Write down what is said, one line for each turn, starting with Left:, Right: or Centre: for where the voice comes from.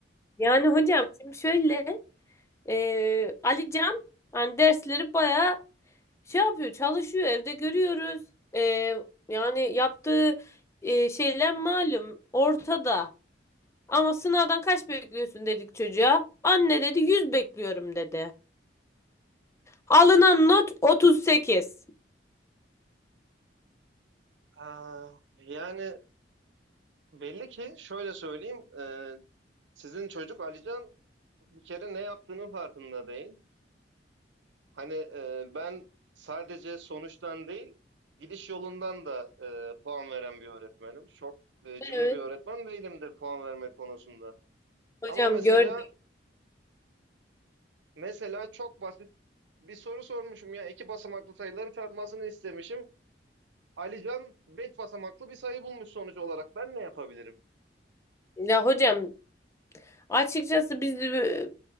Left: Yani hocam şimdi şöyle e, Ali Can hani dersleri bayağı şey yapıyor, çalışıyor. Evde görüyoruz. E, yani yaptığı e, şeyler malum ortada. Ama sınavdan kaç bekliyorsun dedik çocuğa. Anne dedi 100 bekliyorum dedi. Alınan not 38.
Right: Aa, yani belli ki şöyle söyleyeyim. e, sizin çocuk Alican bir kere ne yaptığının farkında değil. Hani e, ben sadece sonuçtan değil, gidiş yolundan da e, puan veren bir öğretmenim. Çok e, cimri
Left: Evet.
Right: bir öğretmen değilimdir puan verme konusunda.
Left: Hocam
Right: Ama mesela
Left: gördük.
Right: mesela çok basit bir soru sormuşum ya iki basamaklı sayıları çarpmasını istemişim. Alican beş basamaklı bir sayı bulmuş sonuç olarak. Ben ne yapabilirim?
Left: Ya hocam açıkçası biz e,